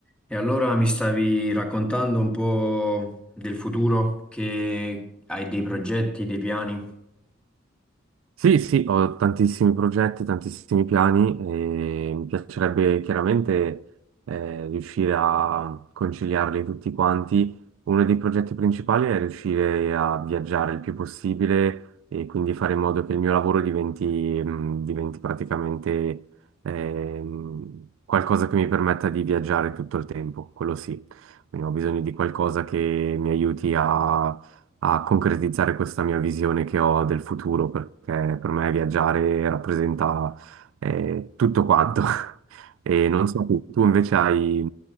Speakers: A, in the centre; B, on the right (about 85°).
A: E allora mi stavi raccontando un po' del futuro, che hai dei progetti, dei piani?
B: Sì, sì, ho tantissimi progetti, tantissimi piani e mi piacerebbe chiaramente eh, riuscire a conciliarli tutti quanti. Uno dei progetti principali è riuscire a viaggiare il più possibile e quindi fare in modo che il mio lavoro diventi, mh, diventi praticamente ehm, qualcosa che mi permetta di viaggiare tutto il tempo, quello sì. Quindi ho bisogno di qualcosa che mi aiuti a concretizzare questa mia visione che ho del futuro, perché per me viaggiare rappresenta eh, tutto quanto. <laughs> E non so, tu, tu invece hai,